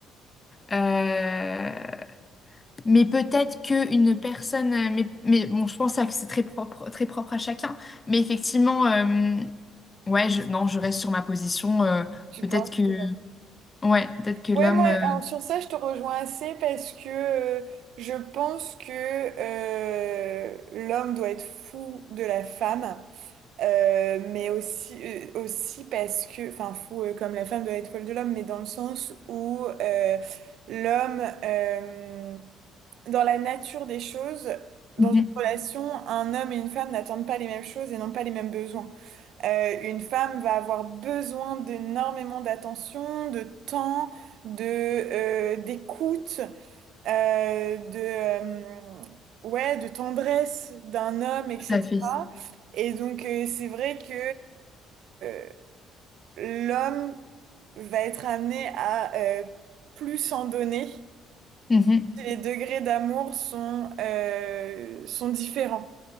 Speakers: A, on the left; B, on the right.
A: Euh, Mais peut-être qu'une personne, euh, mais, mais bon, je pense que c'est très propre, très propre à chacun. Mais effectivement, euh, ouais, je, non, je reste sur ma position. euh,
B: Tu
A: peut-être
B: penses
A: que,
B: que
A: ouais, peut-être que
B: Ouais,
A: l'homme,
B: moi,
A: euh,
B: alors sur ça, je te rejoins assez parce que euh, je pense que euh, l'homme doit être fou de la femme, euh, mais aussi, euh, aussi parce que, enfin, fou euh, comme la femme doit être folle de l'homme, mais dans le sens où euh, l'homme, euh, dans la nature des choses, dans
A: mhm,
B: une relation, un homme et une femme n'attendent pas les mêmes choses et n'ont pas les mêmes besoins. Euh, une femme va avoir besoin d'énormément d'attention, de temps, de euh, d'écoute, euh, de euh, ouais, de tendresse d'un homme, etc.
A: tout à fait.
B: Et donc euh, c'est vrai que euh, l'homme va être amené à euh, plus en donner
A: Mhm.
B: les degrés d'amour sont, euh, sont différents.